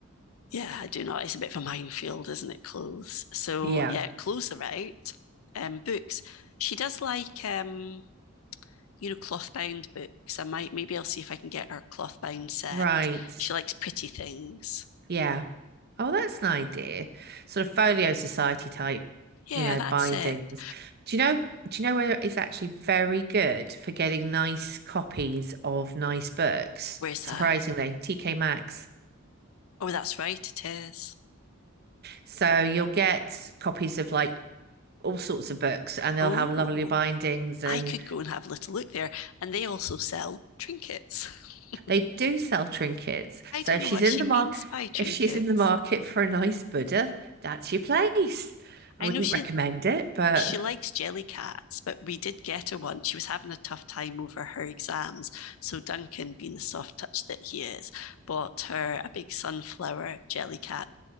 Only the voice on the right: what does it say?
yeah,
right.
Yeah. Oh, that's an idea. Sort of folio society type,
you know,
bindings.
Do you know, do you know where it's actually very good for getting nice copies of nice books?
Surprisingly,
TK Maxx.
So you'll get copies of like all sorts of books and they'll
have lovely bindings and
they do sell trinkets.
So
if
she's
in
the
market,
if she's in the market for a nice Buddha, that's your place. I
wouldn't
recommend it, but